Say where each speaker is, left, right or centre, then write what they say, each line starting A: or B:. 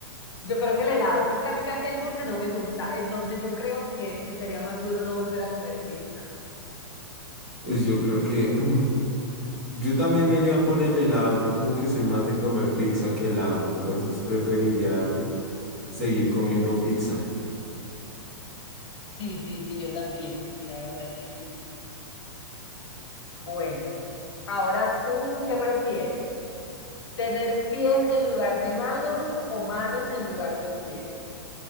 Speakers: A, on the left; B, in the centre.
A: Yo creo que el helado. Es que a mí casi el dulce no me gusta. Entonces yo creo que, que sería más duro no volver a comer pizza.
B: Uy, yo creo que mm, yo también me iría por el helado. Yo como que soy más de comer pizza que helado, entonces preferiría seguir comiendo pizza.
A: Sí, sí, sí, yo también. Sí, la verdad es que sí. Bueno, ahora tú, ¿qué prefieres? ¿Tener pies en lugar de manos o manos en lugar de pies?